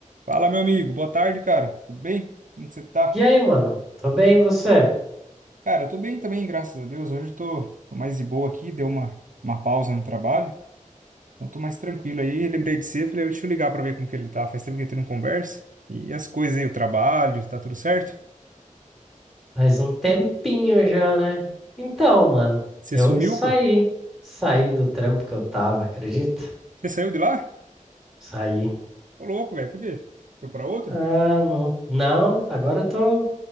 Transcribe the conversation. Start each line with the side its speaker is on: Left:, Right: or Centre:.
Right: Fala, meu amigo. Boa tarde, cara. Tudo bem? Como que você tá?
Centre: E aí, mano? Tô bem, e você?
Right: Cara, eu tô bem também, graças a Deus. Hoje eu tô, tô mais de boa aqui, deu uma, uma pausa no trabalho. Então tô mais tranquilo aí. Lembrei de você, falei, deixa eu ligar pra ver como que ele tá. Faz tempo que a gente não conversa. E as coisas aí, o trabalho, tá tudo certo?
Centre: Faz um tempinho já, né? Então, mano,
Right: Você
Centre: eu
Right: sumiu,
Centre: saí.
Right: pô?
Centre: Saí do trampo que eu tava, acredita?
Right: Você saiu de lá?
Centre: Saí.
Right: Ô, louco, velho. Por quê? Foi pra outro?
Centre: Ah, não. Não, agora eu tô,